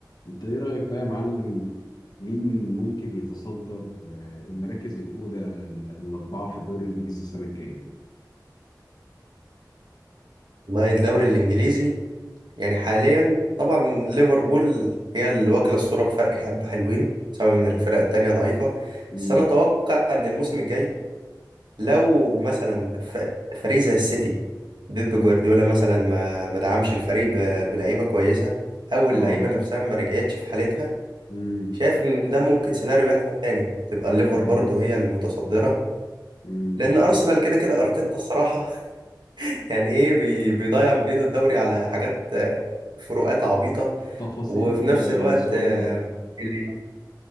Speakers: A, on the left; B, on the right.
A: انت ايه رأيك بقى يا معلم مين ممكن يتصدر آه، المراكز الأولى آه، الأربعة في الدوري الإنجليزي السنة الجاية؟
B: والله الدوري الانجليزي يعني حاليا طبعا ليفربول هي اللي واكله الصوره بفرق حبه حلوين بسبب ان الفرق التانية ضعيفه
A: امم
B: بس انا اتوقع ان الموسم الجاي لو مثلا ف- فريق زي السيتي بيب جوارديولا مثلا ما ما دعمش الفريق ب- بلعيبه كويسه او اللعيبه
A: اه
B: نفسها ما رجعتش في حالتها
A: امم
B: شايف ان ده ممكن سيناريو يحصل تاني تبقى الليفر
A: ده
B: برضه هي اللي متصدره
A: امم
B: لان ارسنال
A: بس
B: كده كده ارتيتا الصراحه يعني ايه بي- بيضيع من ايده الدوري على حاجات آه، فروقات عبيطة
A: تفاصيل
B: وفي نفس
A: آه،
B: الوقت
A: صغيرة
B: آه، اللي